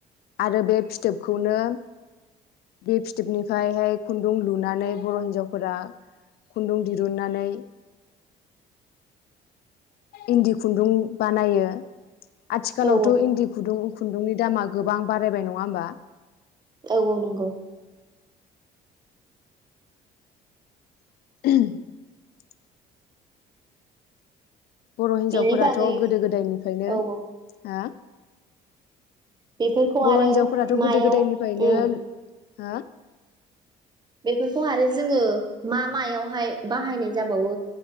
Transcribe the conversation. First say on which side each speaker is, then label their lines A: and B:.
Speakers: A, on the left; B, on the right.
A: आरो बे फिथोबखौनो बे फिथोबनिफ्रायहाय खुन्दुं लुनानै बर' हिन्जावफोरा खुन्दुं दिरुननानै इन्दि खुन्दुं बानायो। आथिखालावथ'
B: औ
A: इन्दि खुदुं खुन्दुंनि दामा गोबां बारायबाय नङा होमबा?
B: औ औ नंगौ।
A: <unintelligible> बर' हिनजावफोराथ'
B: बेनि बागै
A: गोदो गोदायनिफ्रायनो
B: औ औ
A: हो
B: बेफोरखौ
A: बर'
B: आरो
A: हिनजावफोराथ'
B: मायाव
A: गोदो गोदायनिफ्रायनो
B: उम
A: हा
B: बेफोरखौ आरो जोङो मा मायावहाय बाहायनाय जाबावो